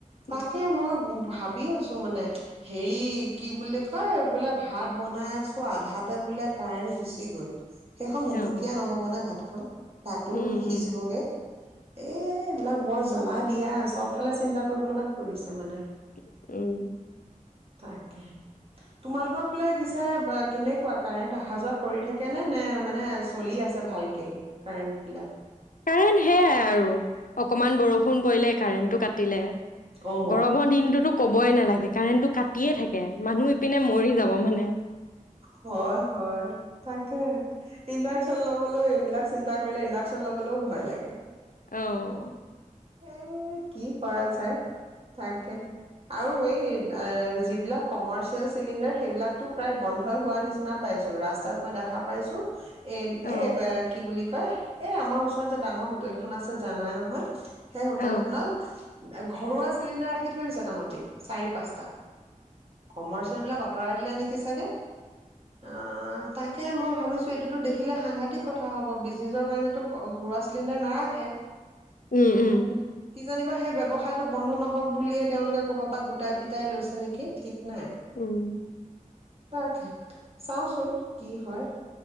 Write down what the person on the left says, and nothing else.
উম,
অ',
উম,
উম,
<inaudible> উম।
কাৰেণ্ট সেয়াই আৰু। অকমান বৰষুণ পৰিলেই কাৰেনটো কাটিলে
গৰম দিনটোতোক কবই নালাগে। কাৰেনটো কাটিয়ে থাকে এ'এ, মানহো ইপিনে মৰি যাব মানে!
অঁ।
অ',
অ', অ',
উম, উম,
উম।